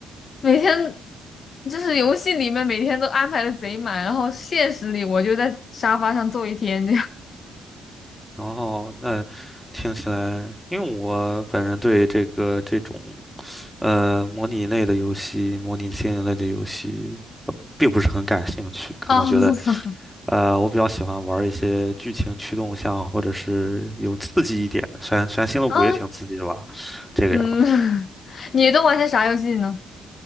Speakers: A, on the left; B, in the centre.
A: 每天就是游戏里面每天都安排的贼满，然后现实里我就在沙发上坐一天。这样。
B: 然后那听起来，因为我本人对这个这种呃模拟类的游戏、模拟经营类的游戏并不是很感兴趣，可能觉得。
A: 哦，<laughs>
B: 呃，我比较喜欢玩一些剧情驱动项，或者是有刺激一点的。虽然虽然星露谷也挺刺激的吧，
A: 啊，
B: 这个样子。
A: 嗯，<laughs> 你都玩些啥游戏呢？